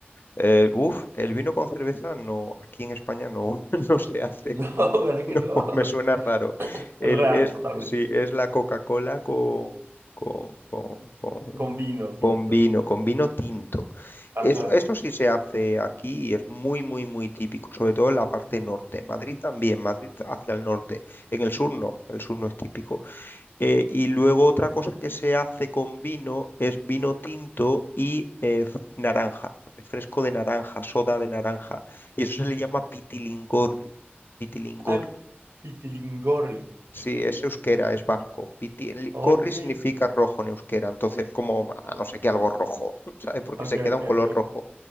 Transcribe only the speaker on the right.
No, ¿verdad
que no?
<laughs>
Raro,
totalmente.
Con vino tinto.
Ajá.
Ah, Pitilingorri.
Ok,
ok,
ok,
ok.